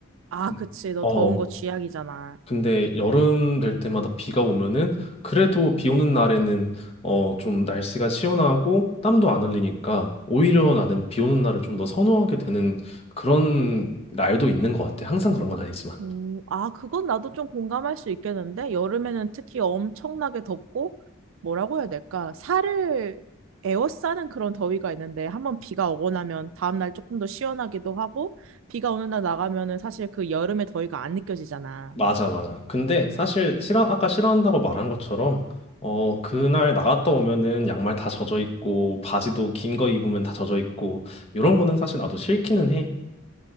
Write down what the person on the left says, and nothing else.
근-
어,
근데 여름 될 때마다 비가 오면은 그래도 비 오는 날에는 어, 좀 날씨가 시원하고 땀도 안 흘리니까 오히려 나는 비 오는 날을 좀 더 선호하게 되는 그런 날도 있는 것 같아. 항상 그런 건 아니지만.
맞아, 맞아. 근데 사실 싫어, 아까 싫어한다고 말한 것처럼, 어, 그날 나갔다 오면은 양말 다 젖어 있고, 바지도 긴 거 입으면 다 젖어 있고, 이런 거는 사실 나도 싫기는 해.